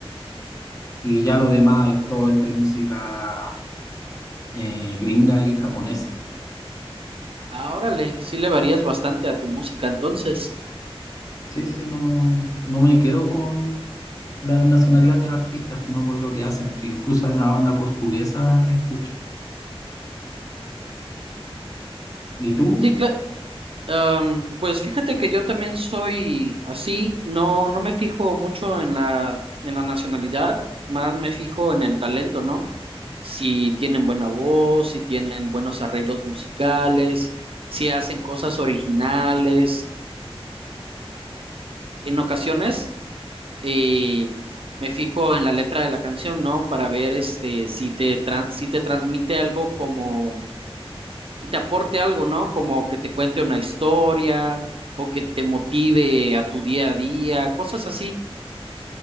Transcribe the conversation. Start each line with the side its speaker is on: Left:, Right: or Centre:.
Left: Y ya lo demás es todo entre música eh, gringa y japonesa.
Right: Ah, órale, sí le varías bastante a tu música, entonces.
Left: Sí, sí, no, no me quedo con la nacionalidad del artista, sino con lo que hacen. Sí, incluso hay una banda portuguesa que escucho. ¿Y tú?
Right: Sí, cla- Am, pues fíjate que yo también soy así, no, no me fijo mucho en la, en la nacionalidad, más me fijo en el talento, ¿no? Si tienen buena voz, si tienen buenos arreglos musicales, si hacen cosas originales. En ocasiones eh, me fijo en la letra de la canción, ¿no? Para ver este, si te, tran- si te transmite algo como que te aporte algo, ¿no? Como que te cuente una historia o que te motive a tu día a día, cosas así.